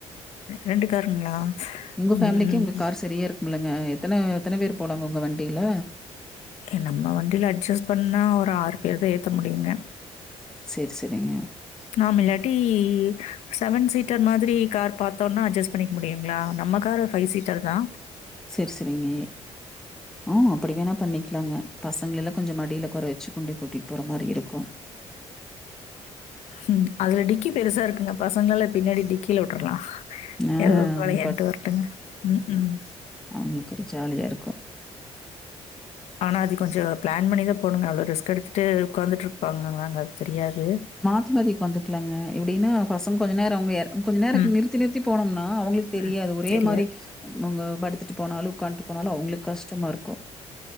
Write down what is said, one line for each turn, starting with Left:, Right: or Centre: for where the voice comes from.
Left: ரெண்டு காருங்களா
Centre: உங்க ஃபேமிலிக்கு
Left: ம்
Centre: உங்க கார் சரியா இருக்கும்ல்லங்க எத்தன எத்தன பேர் போலாங்க உங்க வண்டில
Left: நம்ம வண்டில அட்ஜஸ்ட் பண்ணா ஒரு ஆறு பேர் தா ஏத்த முடியுங்க
Centre: சேரி சேரிங்க
Left: நாம் இல்லாட்டி செவன் சீட்டர் மாதிரி கார் பாத்தோனா அஜஸ் பண்ணிக் முடியுங்களா நம்மக்காரு ஃபைவ் சீட்டர் தா
Centre: சேர் சேரிங்க ம் அப்படி வேணா பண்ணிக்கலாங்க பசங்களெல்லா கொஞ்ச மடில உக்கார வச்சு கொண்டு கூட்டிட்டு போற மாரி இருக்கு
Left: ம் அதுல டிக்கி பெருசா இருக்குங்க பசங்லலா பின்னாடி டிக்கில வுட்றலா
Centre: ஆ
Left: ஏதோ விளயான்ட்
Centre: அவங்க
Left: வரடுங்க ம் ம்
Centre: அவங்ளுக்கு ஒரு ஜாலியா இருக்கு
Left: ஆனா அது கொஞ்ச பிளான் பண்ணிதா போணுங்க அவ்ளோ ரிஸ்க் எடுத்ட்டு உக்காந்துட் ருப்பாங்களாங்க அது தெரியாது
Centre: <unintelligible> வந்துக்களாங்க எப்டினா பசங் கொஞ்ச நேர அவங் ஏற கொஞ்ச நேரோ
Left: ம்
Centre: நிறுத்தி நிறுத்தி போனோம்னா அவங்ளுக்கு தெரியாது
Left: ம்
Centre: ஒரே
Left: தெரியாது
Centre: மாரி அவுங்க படுத்துட்டு போனாலு உட்கான்ட்டு போனாலு அவங்ளுக் கஷ்டமாருக்கு